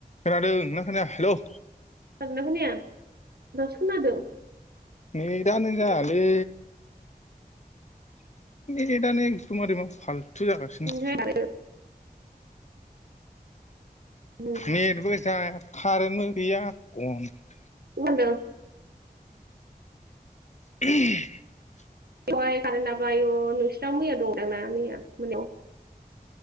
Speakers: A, on the left (about 45°); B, on the right (about 85°).
A: खोनादोंना खोनाया हेल'।
B: खोनादोंना खोनाया दासो खोनादों।
A: नेटानो जायालै। <unintelligible> जागासिनो।
B: ओमफ्राय आरो उम
A: नेटबो जाया कारेन्टबो गैया <unintelligible>
B: <unintelligible>
A: <unintelligible>
B: बेवाय खारोना आय' नोंस्रा मैया दं दांना मैया मोनायाव?